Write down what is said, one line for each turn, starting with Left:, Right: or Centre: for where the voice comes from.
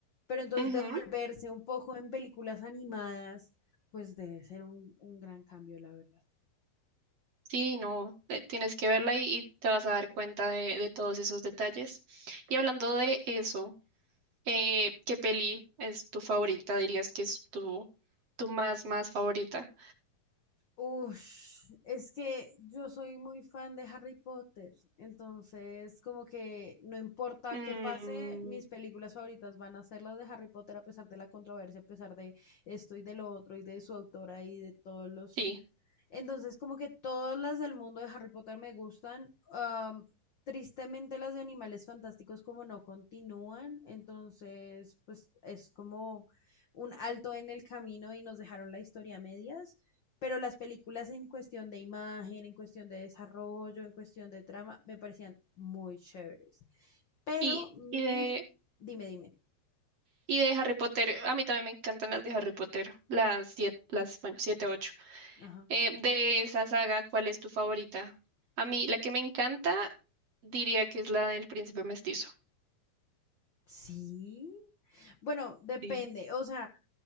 Left: Pero entonces
Right: Ujú.
Left: devolverse un poco en películas animadas, pues debe ser un, un gran cambio, la verdad.
Right: Sí, no, eh, tienes que verla y, y te vas a dar cuenta de, de todos esos detalles. Y hablando de eso, eh, ¿qué peli es tu favorita? Dirías que es tu, tu más, más favorita.
Left: Ush, es que yo soy muy fan de Harry Potter, entonces como que no importa
Right: Mm,
Left: qué pase, mis películas favoritas van a ser las de Harry Potter a pesar de la controversia, a pesar de esto y de lo otro y de su autora y de todos los...
Right: sí.
Left: Entonces como que todas las del mundo de Harry Potter me gustan. am, tristemente las de Animales Fantásticos como no continúan, entonces pues es como un alto en el camino y nos dejaron la historia a medias. Pero las películas en cuestión de imagen, en cuestión de desarrollo, en cuestión de trama, me parecían muy chéveres. Pero
Right: Y,
Left: mi...
Right: y de,
Left: f- Dime, dime.
Right: y de Harry Potter, a mí también me encantan las de Harry Potter, las siete, las, bueno, siete, ocho.
Left: Ajá.
Right: Eh, de esa saga, ¿cuál es tu favorita? A mí, la que me encanta, diría que es la del príncipe mestizo.
Left: Sí. Bueno, depende.
Right: Sí.
Left: O sea,